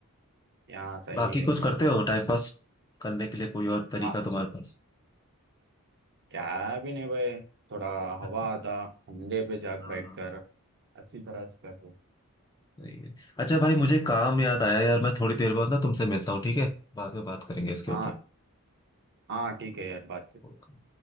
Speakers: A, on the right; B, on the left.
A: यहाँ सही
B: बाकी
A: है
B: कुछ
A: यार
B: करते हो टाइम पास करने के लिए कोई और तरीका
A: हाँ
B: तुम्हारे पास
A: क्या भी नहीं भाई थोड़ा
B: <laughs>
A: हवा आता ठंडे पे जाग
B: हाँ
A: बैठकर
B: हाँ
A: अच्छी तरह से कर दो
B: सही है अच्छा भाई मुझे काम याद आया यार मैं थोड़ी देर बाद ना तुमसे मिलता हूँ ठीक है बाद में बात करेंगे इसके
A: हाँ हाँ ठीक है यार बात
B: ऊपर